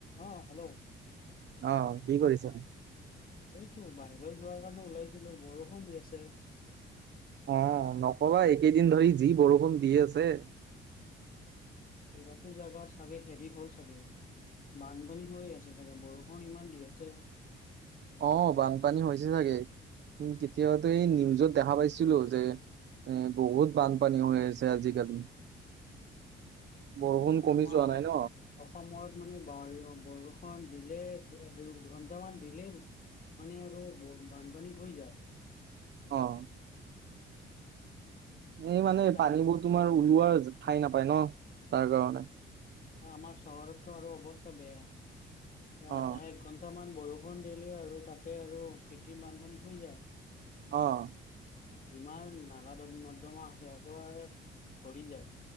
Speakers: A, on the left (about 45°); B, on the right (about 60°).
A: অ', hello.
B: অ', কি কৰিছ।
A: এইটো বাহিৰত যোৱাৰ কাৰণে ওলাইছিলো, বৰষুণ দি আছে।
B: অ', নক'বা এইকেইদিন ধৰি যি বৰষুণ দি আছে।
A: কেইবাতো জাগাত চাগে হেৰি হ'ল চাগে। বানপানী হৈ আছে চাগে, বৰষুণ ইমান দি আছে।
B: অ', বানপানী হৈছে চাগে, উম কেতিয়াবাতো এই নিউজত দেখা পাইছিলো যে এ বহুত বানপানী হৈ আছে আজিকালি। বৰষুণ
A: নাই
B: কমি
A: আমাৰ
B: যোৱা নাই ন
A: অসমত বুলি <unintelligible> বৰষুণ দিলে দু- দুঘন্টামান দিলেই মানে আৰু ব বানপানী হৈ যায়।
B: অ'। এই মানে
A: তাৰে
B: পানীবোৰ তোমাৰ ওলোৱাৰ ঠাই নাপায় ন, তাৰ কাৰণে।
A: অ', আমাৰ চহৰতটো আৰু অৱস্থা বেয়া,
B: অ
A: আধা এক ঘন টামান বৰষুণ দিলে আৰু তাতে আৰু কৃত্ৰিম বানপানী হৈ যায়।
B: অ'।
A: যিমান নালা ন-নৰ্দমা আছে, একেবাৰে ভৰি যায়।